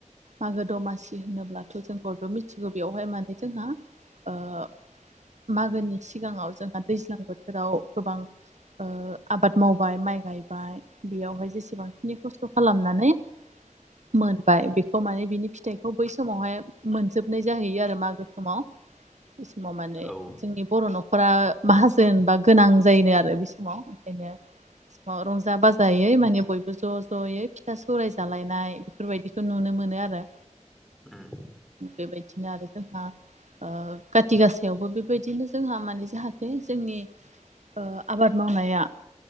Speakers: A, on the right (about 75°); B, in the centre.
A: मागो दमासि होनोब्लाथ' जों बयबो मिथिगौ बेवहाय माने जोंहा ओह मागोनि सिगाङाव जोंहा दैज्लां बोथोराव गोबां ओ आबाद माव बाय माइ गायबाय बेयावहाय जेसेबांखिनि खस्थ' खालामनानै मोनबाय बेखौ माने बिनि फिथाइखौ बै समावहाय मोनजोबनाय जाहैयो आरो मागो समाव बे समाव माने
B: औ उम
A: जोंनि बर' न'खर फ्रा माहाजोनबा गोनां जायोनो आरो बे समाव ओंखायनो रंजा बाजा। जायै माने बयबो ज' ज'यै फिथा सौराय जालायनाय बेफोरबायदिखौ नुनो मोनो आरो
B: उम
A: बेबायदिनो आरो जोंहा ओ काथि गासायावबो बेबायदिनो जोंहा माने जाहाथे जोंनि ओ आबाद मावनाया